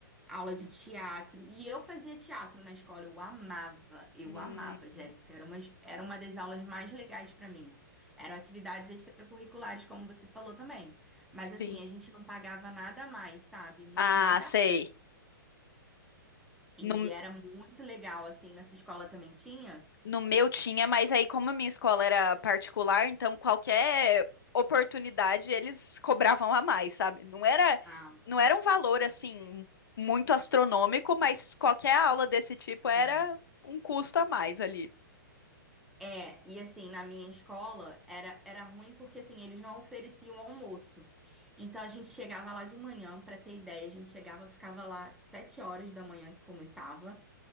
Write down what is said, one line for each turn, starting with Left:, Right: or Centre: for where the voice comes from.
Centre: aula de teatro. E eu fazia teatro na escola, eu amava, eu
Left: Hum,
Centre: amava, Jéssica. Era uma, era uma das aulas mais legais pra mim. Eram atividades extracurriculares, como você falou também. Mas
Left: sim.
Centre: assim, a gente não pagava nada a mais, sabe? Na-
Left: Ah,
Centre: Nada.
Left: sei.
Centre: E
Left: No
Centre: era muito legal, assim, nessa escola também tinha.
Left: No meu tinha, mas aí, como a minha escola era particular, então qualquer oportunidade eles cobravam a mais, sabe? Não era,
Centre: Ah.
Left: não era um valor assim muito astronômico, mas qualquer aula desse tipo era
Centre: uhum.
Left: um custo a mais ali.
Centre: É, e assim, na minha escola era, era ruim porque assim, eles não ofereciam almoço. Então a gente chegava lá de manhã, pra ter ideia, a gente chegava, ficava lá sete horas da manhã que começava,